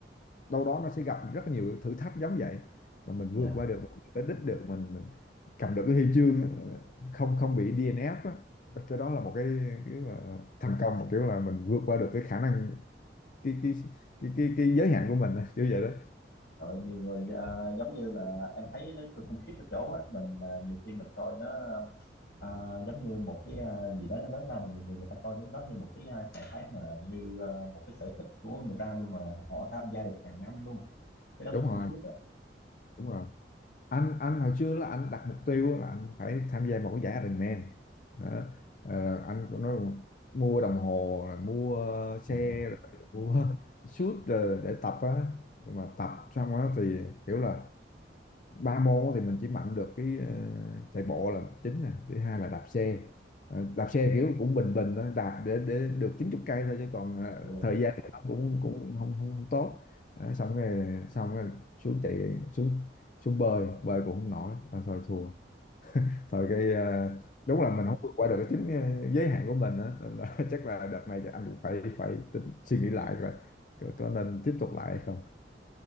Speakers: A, on the left; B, on the left.
A: đâu đó nó sẽ gặp rất là nhiều thử thách giống vậy mà mình
B: dạ
A: vượt qua được mình tới đích được mình, mình cầm được cái huy chương á, không không bị DNF á cái đó là một cái, cái mà thành công một kiểu là mình vượt qua được cái khả năng cái cái cái cái, cái giới hạn của mình á, kiểu vậy đó
B: rồi nhiều người à, giống như là em thấy nó khủng khiếp ở chỗ á mình là nhiều khi mình coi nó À, giống như một cái à, gì đó nó lớn lao mà nhiều người người ta coi cái đó như một cái à, trạng thái mà như à, một cái sở thích của người ta luôn mà họ tham gia được hàng năm luôn cái đó mới
A: đúng
B: khủng
A: rồi
B: khiếp đó
A: đúng rồi anh anh hồi xưa là anh đặt mục tiêu là anh phải tham gia một cái giải Ironman đó. Ờ, anh có nói mua đồng hồ rồi mua xe
B: Yeah.
A: rồi mua <laughs> suit rồi để tập á Nhưng mà tập xong đó thì kiểu là ba môn thì mình chỉ mạnh được cái ờ, chạy bộ là chính nè thứ hai là đạp xe Ờ, đạp xe kiểu cũng bình bình thôi đạp để để được chín chục cây thôi chứ còn ờ,
B: rồi
A: thời gian thì nó cũng cũng không không không tốt Ờ, xong rồi xong rồi xuống chạy xuống xuống bơi bơi cũng không nổi à, thôi thua thôi cái ờ, đúng là mình không vượt qua được cái chính ờ, giới hạn của mình á Nên là <laughs> chắc là đợt này chắc anh cũng phải phải tính suy nghĩ lại rồi có, có nên tiếp tục lại hay không